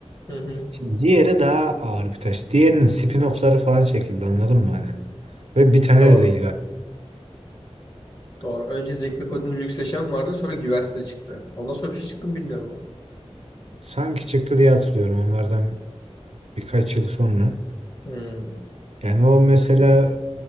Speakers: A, on the left; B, on the right.
A: Hı hı.
B: Şimdi diğeri daha ağır bir taş. Diğerinin spin-off'ları falan çekildi anladın mı hani? Ve bir tane
A: Doğru.
B: de değil galiba.
A: Doğru. Önce Zevk kodun Lüks Yaşam vardı. Sonra Güvertede çıktı. Ondan sonra bir şey çıktı mı bilmiyorum
B: Sanki çıktı diye hatırlıyorum onlardan birkaç yıl sonra.
A: ama. Hmm.
B: Yani o mesela